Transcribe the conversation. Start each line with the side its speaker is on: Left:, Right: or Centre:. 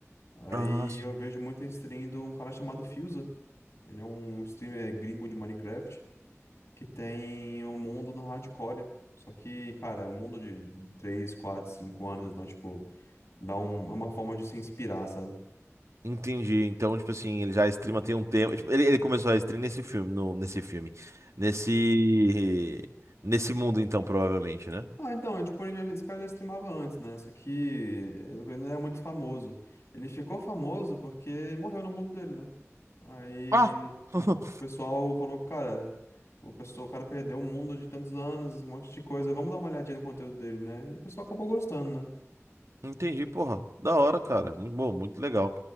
Left: Aí
Right: Ah, sim.
Left: eu vejo muita stream de um cara chamado Fusa. Ele é um streamer gringo de Minecraft que tem o mundo do hardcore. Só que, cara, o mundo de 3 4 5 anos, então, tipo. Dá um- é uma forma de se inspirar, sabe?
Right: Entendi. Então, tipo assim, ele já streama tem um tempo. Tipo, ele, ele começou a stream nesse filme, no, nesse filme. Nesse. Nesse mundo, então, provavelmente, né?
Left: Ah, então, é tipo, ele já- esse cara já streamava antes, né? Só que ele não era muito famoso. Ele ficou famoso porque morreu no mundo dele, né? Aí
Right: Ah! <laughs>
Left: o pessoal falou, cara, o pessoal, o cara perdeu o mundo de tantos anos, esse monte de coisa, vamos dar uma olhadinha no conteúdo dele, né? E o pessoal acabou gostando,
Right: Entendi, porra. Da hora, cara. Muito bom, muito legal.